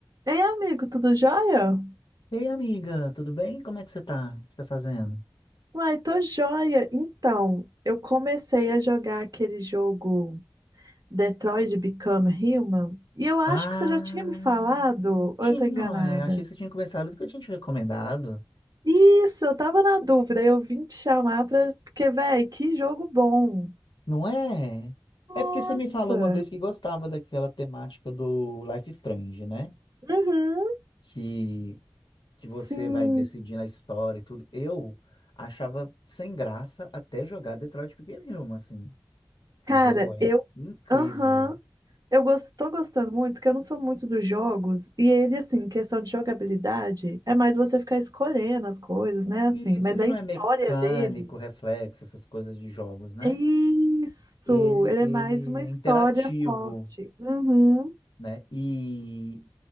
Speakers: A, on the right (about 50°); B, on the left (about 75°).
A: Ei, amigo, tudo jóia?
B: Ei, amiga, tudo bem? Como é que você tá? O que você tá fazendo?
A: Uai, tô jóia. Então, eu comecei a jogar aquele jogo Detroit Become Human e eu acho
B: Ah,
A: que você já tinha me falado, ou
B: tinha,
A: eu tô enganada?
B: ué. achei que você tinha conversado porque eu tinha te recomendado.
A: Isso, eu tava na dúvida, eu vim te chamar pra... Porque, véi, que jogo bom.
B: Não é?
A: Nossa.
B: É porque você me falou uma vez que gostava daquela temática do Life is Strange, né?
A: Uhum.
B: Que, que
A: Sim.
B: você vai decidir na história e tudo. Eu achava sem graça até jogar Detroit Become Human, assim. Que
A: Cara,
B: o jogo é
A: eu...
B: incrível.
A: Aham. Eu gos- tô gostando muito, porque eu não sou muito dos jogos, e ele, assim, em questão de jogabilidade, é mais você ficar escolhendo as coisas, né,
B: Isso,
A: assim, mas
B: ele
A: a
B: não
A: história
B: é mecânico,
A: dele,
B: reflexo, essas coisas de jogos, né?
A: é isso,
B: ele,
A: ele
B: ele
A: é mais uma
B: é
A: história
B: interativo,
A: forte. Uhum.
B: né? E